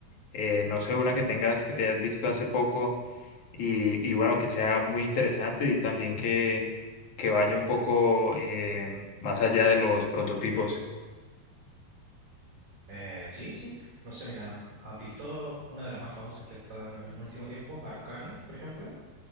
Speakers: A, on the left (about 50°); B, on the right (about 35°).
A: Eh, no sé, una que tengas, que te hayas visto hace poco y, y bueno, que sea muy interesante y también que, que vaya un poco eh, más allá de los prototipos.
B: Eh, sí, sí. No sé, mira, ¿has visto una de las más famosas que está en el último tiempo? Arcane, por ejemplo.